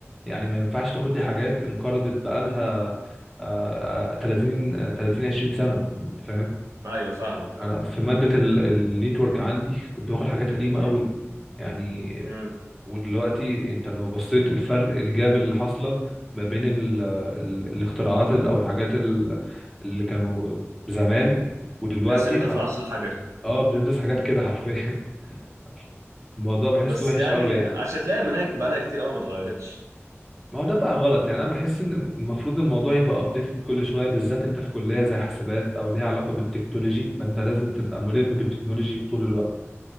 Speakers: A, in the centre; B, on the right (about 80°).
A: يعني ما ينفعش تاخد دي حاجات انقرضت بقالها آه، آه، 30 آه، 30 20 سنة أنت
B: ايوه فاهمك فاهم
A: انا في ماده النيتورك عندي كنت باخد حاجات قديمه
B: مم.
A: قوي يعني
B: مم.
A: ودلوقتي انت لو بصيت الفرق الجاب اللي حاصله ما بين ال ال الاختراعات ال- او الحاجات ال- اللي كانوا زمان ودلوقتي
B: تحس ان انت
A: ح...
B: في العصر الحجري
A: اه بتدرس حاجات كده حرفيا <laughs> الموضوع بحسه
B: بس
A: وحش
B: يعني
A: قوي يعني
B: عشان تلاقي المناهج بقالها كتير قوي ما اتغيرتش
A: ما هو ده بقى غلط يعني انا بحس ان المفروض الموضوع يبقى ابديتد كل شويه بالذات انت في كليه زي حاسبات او ليها علاقه بالتكنولوجي فانت لازم تبقى ملم بالتكنولوجي طول الوقت